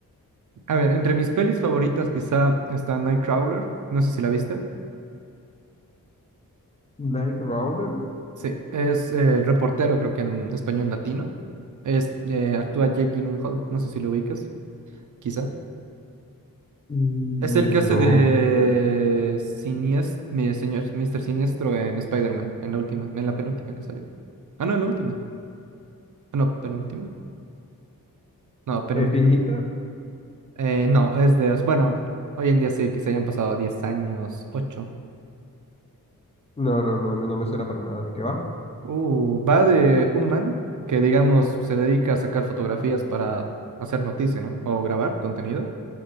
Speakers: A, on the right; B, on the left.
A: A ver, entre mis pelis favoritas quizá está Nightcrawler, no sé si la viste.
B: Nightcrawler,
A: Sí, es eh, el reportero, creo que en español latino. Es, eh, actúa Jake Gyllenhaal, no sé si lo ubicas, quizá.
B: mm,
A: Es el que hace
B: no
A: de
B: me suena.
A: Siniestro, mi señor, Mr. Siniestro en Spider-Man, en la última, en la penúltima que salió. Ah, no, en la última. Ah, no, penúltima. No, penúltima.
B: ¿Es viejita?
A: Eh, no, es de... Bueno, hoy en día sí, que se hayan pasado 10 años, 8.
B: No, no, no, no me suena para nada. ¿De qué va?
A: Uh, va de un man que, digamos, se dedica a sacar fotografías para hacer noticia, ¿no? O grabar contenido.